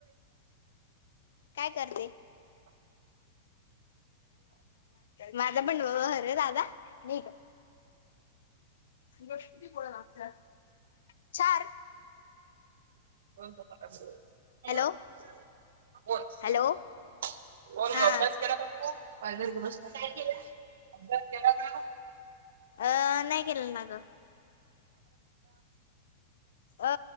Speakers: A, on the left; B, on the right.
A: काय करते. माझ बनवरे दादा न गोष्टी बोलायला लागत्यात चार
B: <unintelligible> अभ्यास
A: हॅलो हॅलो हा
B: केला काय तु काय केला अभ्यास केला का
A: अ नाही केलं ना ग अ